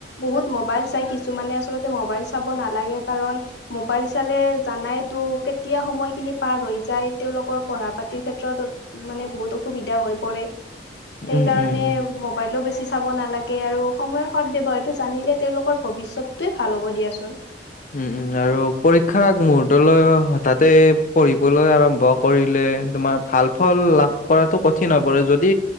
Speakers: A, on the left; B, on the left.
A: বহুত মোবাইল চাই কিছুমানে আচলতে। মোবাইল চাব নালাগে কাৰণ মোবাইল চালে জানাই তো কেতিয়া সময়খিনি পাৰ হৈ যায় তেওঁলোকৰ পঢ়া পাতিৰ ক্ষেত্ৰত মানে বহুত অসুবিধা হৈ পৰে। সেইকাৰণে
B: উম উম উম
A: মোবাইলো বেছি বেচি চাব নালাগে আৰু সময়ৰ সদ ব্যৱহাৰটো জানিলে তেওঁলোকৰ ভৱিষ্যতটোৱে ভাল হ'ব দিয়াচোন।
B: উম আৰু পৰীক্ষাৰ আগ মুহুৰ্তলৈ হঠাতে পঢ়িবলৈ আৰম্ভ কৰিলে তোমাৰ ভাল ফল লাভ কৰাতটো কঠিন হৈ পৰে যদি